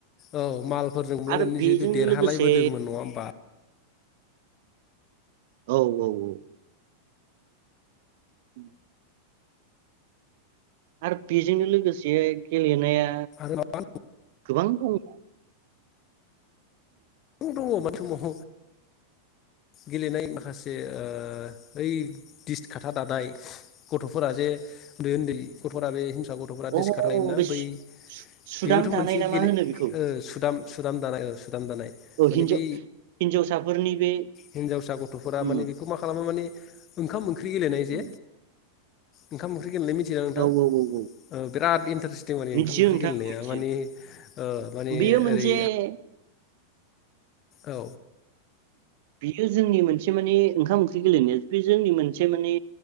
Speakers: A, on the left (about 35°); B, on the right (about 50°).
A: औ माल फोरजों बुलायनानै
B: आरो बेजोंनो
A: जे बे देरहालायबोदोंमोन
B: लोगोसे
A: नङा होमबा।
B: औ औ औ। उ <inaudible> आरो बेजोंनो लोगोसे गेलेनाया।
A: आरो माबा
B: गोबां दङ।
A: दङ। समाव गेलेनाय माखासे ओइ दिस खाथा दानाय गथ'फोरा जे उन्दै उन्दै गथ'फोरा बे। गथ'फोरारा
B: अ
A: डिसकार्ट थायोमोना
B: बे
A: बै
B: सु- सु- सुदाम
A: बेबोथ'
B: दानाय
A: मोनसे
B: ना
A: गेले
B: मा होनो बेखौ
A: सुदाम। सुदाम दानाय औ सुदाम दानाय।
B: औ
A: माने
B: हिनजाव
A: बै
B: हिनजावसाफोरनि बे
A: हिन्जावसा गथ'फोरा
B: उम
A: माने बेखौ मा खालामो माने। ओखाम ओंख्रि। ओंख्रि गेलेनाय जे।
B: उम
A: ओंखाम। ओंख्रि गेलेनाय मिथिदों नोंथां।
B: औ औ औ औ
A: बिराद इन्टारेस्ट थिं माने
B: मिथियो
A: ओंखाम ओंख्रि
B: नोंथां
A: गेलेनाया
B: मिथियो
A: माने माने
B: बेयो मोनसे
A: ओरै औ।
B: बियो जोंनि मोनसे माने ओंखाम ओंख्रि गेलेनाया बे जोंनि मोनसे माने